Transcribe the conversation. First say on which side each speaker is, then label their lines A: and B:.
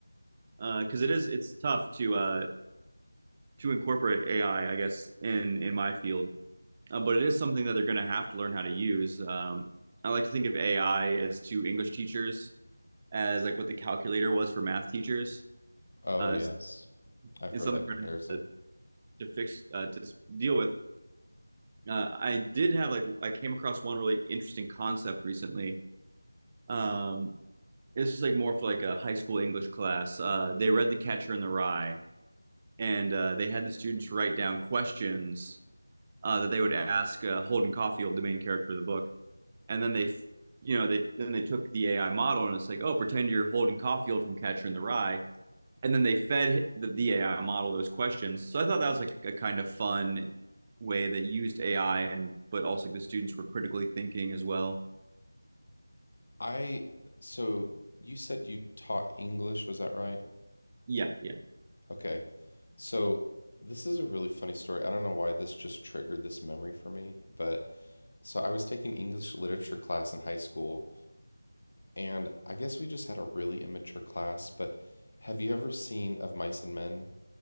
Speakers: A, on the right; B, on the left.
A: because uh, it is it's tough to uh, to incorporate AI, I I guess, in in my field. uh, but it is something that they're going to have to learn how to use. Um, I like to think of AI as to English teachers as like what the calculator was for math teachers.
B: Oh,
A: Uh,
B: yes.
A: so
B: I've
A: it's
B: heard
A: something
B: that comparison.
A: we're going to have to to fix uh, to s- deal with. Uh, I did have like I came across one really interesting concept recently. Um, this is like more for like a high school English class. Uh, they read The Catcher in the Rye, and uh, they had the students write down questions uh, that they would ask uh, Holden Caulfield, the main character of the book and then they you know they then they took the AI model and it's like oh pretend you're Holden Caulfield from Catcher in the Rye and then they fed the, the AI model those questions so I thought that was like a kind of fun way that used AI and but also the students were critically thinking as well
B: I, so you said you taught English, was that right?
A: yeah yeah
B: Okay. So this is a really funny story. I don't know why this just triggered this memory for me, but so I was taking English literature class in high school, and I guess we just had a really immature class, but have you ever seen Of Mice and Men?